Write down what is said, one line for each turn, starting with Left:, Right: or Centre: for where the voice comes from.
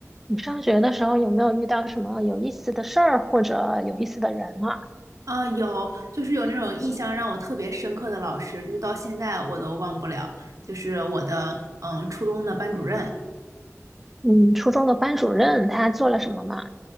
Centre: 你上学的时候有没有遇到什么有意思的事儿或者有意思的人啊？
Right: 啊，有，就是有那种印象让我特别深刻的老师，就是到现在我都忘不了，就是我的嗯初中的班主任，
Centre: 嗯，初中的班主任他做了什么吗？